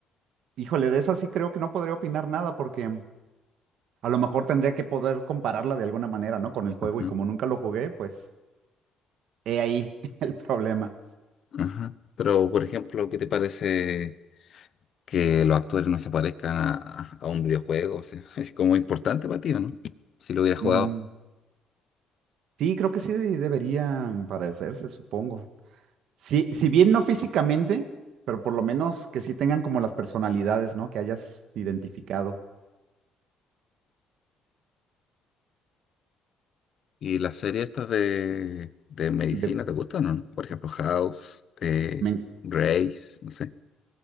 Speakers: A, on the right (about 70°); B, on the left (about 45°).
A: híjole, de esa sí creo que no podría opinar nada porque a lo mejor tendría que poder compararla de alguna manera, ¿no? Con el juego
B: Ajá,
A: y como nunca lo jugué, pues he ahí <laughs> el problema.
B: ajá. Pero, por ejemplo, ¿qué te parece que los actores no se parezcan a, a un videojuego? O sea, <laughs> es como importante para ti, ¿o ¿no? Si lo hubieras
A: Mm,
B: jugado.
A: sí, creo que sí de- deberían parecerse, supongo. Sí, si bien no físicamente, pero por lo menos que sí tengan como las personalidades, ¿no? Que hayas identificado.
B: ¿Y las series estas de, de medicina
A: De-
B: te gustan o no? Por ejemplo, House, eh,
A: me-
B: Grace, no sé.